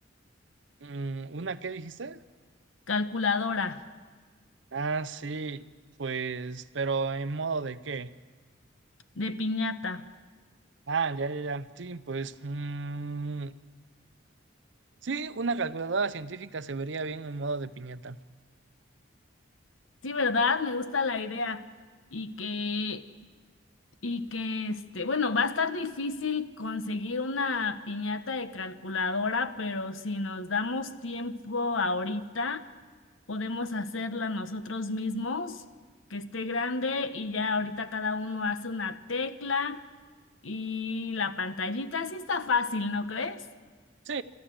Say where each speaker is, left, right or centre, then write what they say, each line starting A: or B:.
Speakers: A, on the right; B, on the left.
A: Mm, ¿una qué dijiste?
B: Calculadora
A: Ah, sí, pues, pero ¿en modo de qué?
B: de piñata.
A: Ah, ya, ya, ya. Sí, pues, mm, sí, una calculadora científica se vería bien en modo de piñata.
B: Sí, ¿verdad? Me gusta la idea y que Y que este, bueno, va a estar difícil conseguir una piñata de calculadora, pero si nos damos tiempo ahorita, podemos hacerla nosotros mismos, que esté grande y ya ahorita cada uno hace una tecla y la pantallita, sí está fácil, ¿no crees?
A: Sí,